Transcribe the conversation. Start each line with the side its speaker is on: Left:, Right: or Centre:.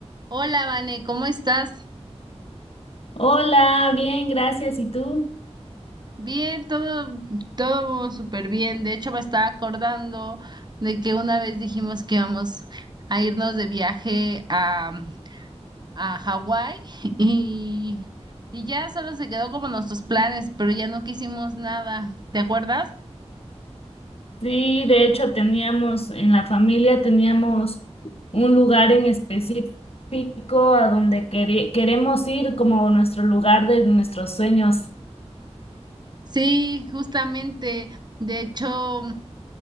Right: Hola, Vane, ¿cómo estás?
Left: Hola, bien, gracias. ¿Y tú?
Right: Bien, todo, todo súper bien. De hecho, me estaba acordando de que una vez dijimos que íbamos a irnos de viaje a, a Hawái <laughs> y, y ya solo se quedó como nuestros planes, pero ya no quisimos nada. ¿Te acuerdas?
Left: Sí, de hecho teníamos en la familia teníamos un lugar en específico a donde quere- queremos ir como nuestro lugar de nuestros sueños.
Right: Sí, justamente. De hecho.